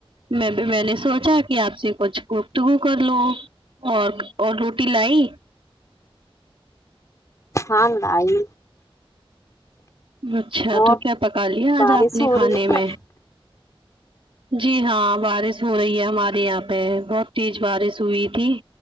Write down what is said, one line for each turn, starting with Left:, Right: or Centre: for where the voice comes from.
Right: میں میں نے سوچا کہ آپ سے کچھ گفتگو کر لوں اور اور روٹی لائی
Left: ہاں لائی
Right: اچھا
Left: اور
Right: تو کیا پکا لیا آج
Left: بارش
Right: آپ نے
Left: ہو
Right: کھانے
Left: رہی ہے کیا
Right: میں جی ہاں بارش ہو رہی ہے ہمارے یہاں پہ بہت تیج بارش ہوئی تھی